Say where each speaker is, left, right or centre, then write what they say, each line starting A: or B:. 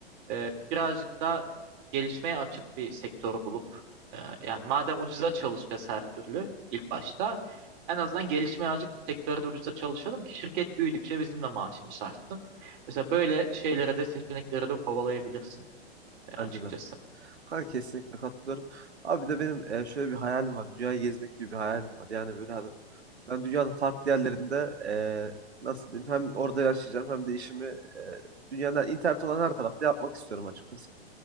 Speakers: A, on the right; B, on the right.
A: e, birazcık da gelişmeye açık bir sektör bulup e, yani madem ucuza çalışacağız her türlü ilk başta en azından gelişmeye açık bir sektörde ucuza çalışalım ki şirket büyüdükçe bizim de maaşımız artsın. Mesela böyle şeylere de seçeneklere de kovalayabilirsin e, açıkçası.
B: bence de. Kanka kesinlikle katılıyorum. Abi bir de benim e, şöyle bir hayalim var. Dünyayı gezmek gibi bir hayalim var. Yani böyle Ben dünyanın farklı yerlerinde eee, nasıl diyeyim hem orada yaşayacağım hem de işimi eee dünyanın internet olan her tarafta yapmak istiyorum açıkçası.